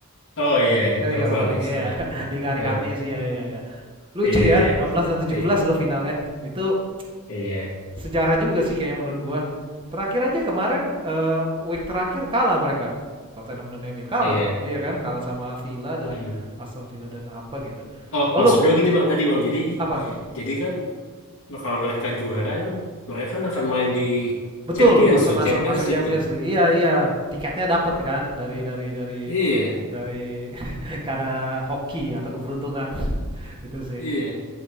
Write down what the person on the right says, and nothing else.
Eh, Liga
Europa League
ya. <laughs> Liga hari
Kamis ya ya ya. <laughs> Lucu
ya,
16 dan 17
lo finalnya. Itu
sejarah juga sih kayaknya menurut gua. Terakhir aja kemarin eh, week terakhir kalah mereka. Tottenham dan MU kalah.
Iya kan? Kalah sama Villa
dan Aston Villa dan apa gitu.
Oh
lu bu-
apa tuh?
Betul,
masuk
masuk
masuk Champions
League. Iya iya, tiketnya dapat kan dari dari dari
dari <laughs> karena hoki atau keberuntungan <laughs> itu sih.